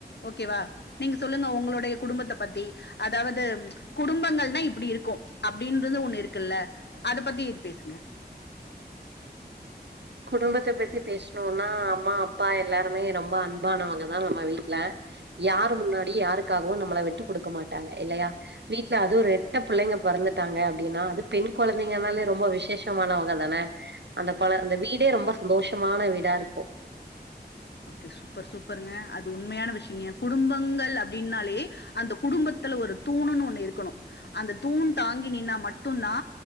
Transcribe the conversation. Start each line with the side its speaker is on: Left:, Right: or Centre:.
Left: ஓகேவா நீங்க சொல்லுங்க ஒங்ளுடைய குடும்பத்த பத்தி அதாவது குடும்பங்கள்னா இப்பிடி இருக்கு அப்டின்றனு ஒன்னு இருக்குல்ல அத பத்தி இது பேசுங்க
Right: குடும்பத்த பத்தி பேசுனுன்னா அம்மா அப்பா எல்லாோருமே ரொம்ப அன்பானவங்க தா நம்ம வீட்ல யாரு முன்னாடியு யாரு க்காகவு நம்மள விட்டு குடுக்க மாட்டாங்க இல்லயா வீட்ல அதுவு ரெட்ட புள்ளைங்க பொறந்துட்டாங்க அப்டின்னா அது பெண் கொழந்தைங்கனாலே ரொம்ப விசேஷமானவுங்க தானே அந்த கொழ அந்த வீடே ரொம்ப சந்தோஷமான வீடா இருக்கு
Left: ஓகே சூப்பர் சூப்பருங்க அது உண்மையான விஷ்யங்க குடும்பங்கள் அப்டின்னாலே அந்த குடும்பத்துல ஒரு தூணுன் ஒன்னு இருக்கனு அந்த தூண் தாங்கி நின்னா மட்டுந்தா